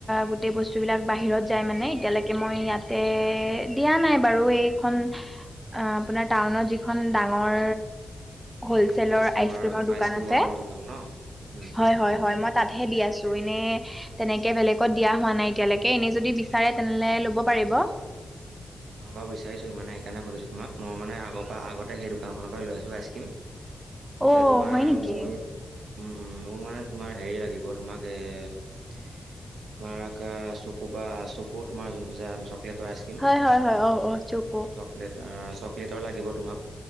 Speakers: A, in the centre; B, on the right.
A: গোটেই বস্তু বিলাক বাহিৰত যাই মানে, এতিয়ালৈকে মই ইয়াতে এ দিয়া নাই বাৰু এইখন আপোনাৰ টাউনত যিখন ডাঙৰ হলচেলৰ
B: আইচক্ৰীমৰ
A: আইচক্ৰিমৰ দোকান
B: আইচক্ৰীমৰ
A: আছে
B: দোকান ন উম
A: হয়
B: উম
A: হয় হয় মই তাত দিয়া আছোঁ এনেই তেনেকে বেলেগত দিয়া হোৱা নাই এতিয়ালৈকে এনে যদি বিচাৰে তেনেহলে ল'ব পাৰিব। <unintelligible>
B: মই বিচাৰিছিলোঁ মানে সেইকাৰণে সুধিছোঁ তোমাক। আগৰ পা, আগতে সেই দোকানখনৰ পৰা লৈ আছোঁ আইচক্ৰীম।
A: অ
B: এতিয়া তোমাৰ
A: হয় নেকি
B: মোৰ মোৰ মানে তোমাৰ হেৰি লাগিব তোমাক এ তোমাৰ চকু বা চকু তোমাৰ যোনটো যে চকলেটৰ আইচক্ৰীম।
A: হয় হয় অ অ চকো
B: চকলেট আহ চকলেটৰ লাগিব তোমাক।